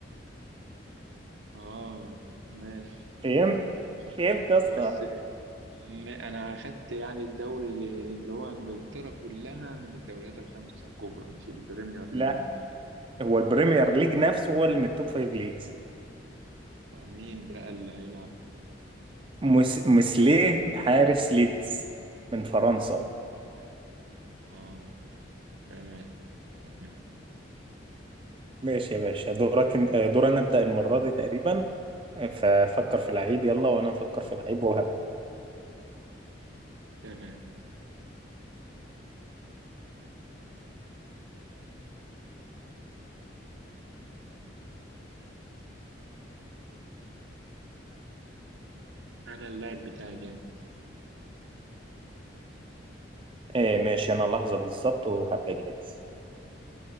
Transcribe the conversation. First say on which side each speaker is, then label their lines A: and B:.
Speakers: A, on the right; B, on the right.
A: آه ماشي
B: فهمت
A: ماشي
B: فهمت يا اسطى
A: بس م- أنا أخدت يعني الدوري اللي اللي هو إنجلترا كلها من الدوريات الخمسة الكبرى مش البريمير
B: لا
A: ليج نفسه
B: هو البريمير ليج نفسه هو اللي من التوب فايف ليجز
A: طيب مين بقى اللي هيلعب؟
B: مس... مسليه حارس ليدز من فرنسا
A: آه تمام تمام
B: ماشي يا باشا دورك إن- دور انا ابدا المره دي تقريبا آه، ففكر في لعيب يلا وانا هفكر في لعيب وهب
A: تمام أنا اللاعب بتاعي جاي
B: آه ماشي انا لحظه بالظبط وهبقى جاهز